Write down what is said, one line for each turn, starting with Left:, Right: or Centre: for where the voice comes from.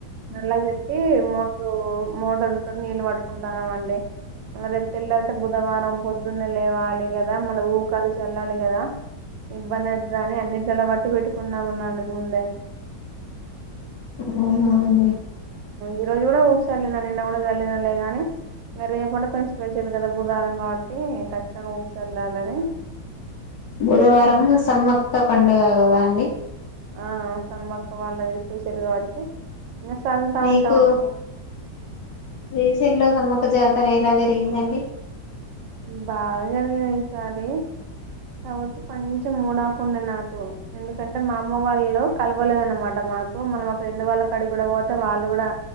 Right: నల్ల పెట్టి మో మోటర్ తోటి నీళ్ళు పట్టుకుంటాన్నామండి ఇంక మళ్ళ రేపు తెల్లతే బుధవారం పొద్దున్నే లేవాలి కదా మళ్ళీ ఊకాలు చల్లాలి కదా ఇబ్బంది ఐతదని అన్నిట్లా పట్టి పెట్టుకున్నామున్నాండి ముందే
Left: అవునా అండి
Right: ఈరోజు కూడా ఊక సల్లిన నిన్న కూడా చల్లినా లే కానీ ఇగ రేపంటే కొంచెం స్పెషల్ కదా బుధవారం కాబట్టి ఖచ్చితంగా ఊక సల్లాలని
Left: బుధవారం సమ్మక్క పండుగ కదా అండి
Right: ఆ సమ్మక్క వాళ్ళది స్పెషల్ కాబట్టి ఇంక సల్లతా
Left: మీకు
Right: ఉంటాం అండి
Left: రీసెంట్ లో సమ్మ <unintelligible> జాతర ఎలా జరిగిందండి
Right: బాగా జరిగింది ఈసారి కాకపోతే కొంచెం మూడ్ ఆఫ్ ఉండె నాకు ఎందుకంటే మా అమ్మ వాళ్ళు కలవలేదన్నమాట మాకు మళ్ళీ మా ఫ్రెండ్ వాళ్ళ కాడి కూడా పోతే వాళ్ళు కూడా